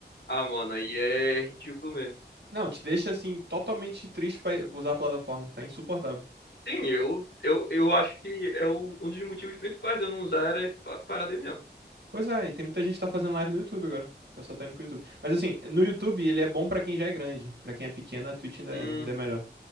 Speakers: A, on the left; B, on the right.
A: Ah, mano, aí é ridículo mesmo.
B: Não, te deixa assim, totalmente triste pra usar a plataforma. Tá insuportável.
A: Sim, eu, eu, eu acho que é um, um dos motivos principais de eu não usar era esse pa- parada aí mesmo.
B: Pois é, e tem muita gente que tá fazendo live no YouTube agora. O pessoal tá indo pro YouTube. Mas assim, no YouTube ele é bom pra quem já é grande. Pra quem é pequeno, a Twitch ainda é,
A: Hum,
B: ainda é melhor.